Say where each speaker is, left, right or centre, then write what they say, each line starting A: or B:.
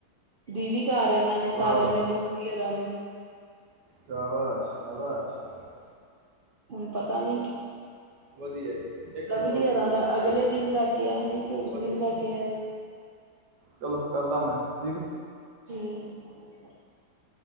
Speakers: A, on the right; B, on the right.
A: ਦੀਦੀ ਘਰ ਇਹਨਾਂ ਨੇ
B: ਵਾਹ
A: ਸਾਰਿਆਂ ਨੇ ਲੂਸਾਂ ਨੇ
B: ਸਾਬਸ ਸ਼ਾਬਸ ਸ਼ ਆਾਬਸ
A: ਹੁਣ ਪਤਾ ਨੀ
B: ਵਧੀਆ ਜੀ ਇੱਕ ਮਿੰਟ
A: ਲਵਲੀਅਰਾਂ
B: ਹੋਲਡ ਕਰੋ
A: ਦਾ
B: ਕੋਈ
A: ਅਗਲੇ
B: ਗੱਲ ਨੀ
A: ਦਿਨ ਦਾ ਕਿਹਾ ਨੇ ਕਿ ਉਸ
B: ਵਧੀਆ
A: ਦਿਨ ਦਾ ਕਿਹਾ ਹੈ
B: ਚਲੋ ਕਰਦਾ ਮੈਂ ਠੀਕ
A: ਜਠੀ <inaudible>